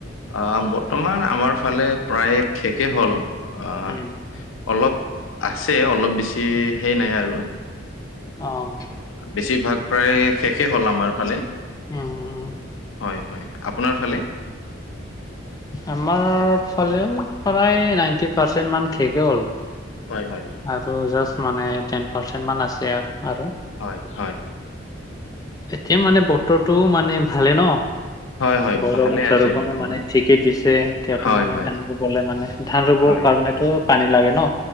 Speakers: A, on the left (about 85°); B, on the left (about 20°).
A: আহ বৰ্তমান আমাৰ ফালে প্ৰায় শেষে হ'ল। আহ
B: উম।
A: অলপ আছে, অলপ বেছি হেই নাই আৰু।
B: অ'।
A: বেছিভাগ প্ৰায় শেষে হ'ল আমাৰ ফালে।
B: উম, উম।
A: হয়, হয়, আপোনাৰ ফালে?
B: আমাৰ ফালেও প্ৰায় নাইনটি পাৰ্চেন্ট মান শেষে হ'ল।
A: হয়, হয়।
B: আৰু জাষ্ট মানে টেন পাৰ্চেন্ট মান আছে আৰু।
A: হয়, হয়।
B: এতিয়া মানে বতৰটো মানে ভালে ন।
A: হয় হয়
B: বৰষুণ
A: ভালে
B: চৰষুণ
A: আছে বৰ্তমান
B: মানে ঠিকে দিছে এতিয়াতো
A: হয়
B: মানে
A: হয়
B: ধান ৰুবলৈ মানে, ধান ৰুব
A: হয়
B: কাৰণেতো পানী লাগে ন।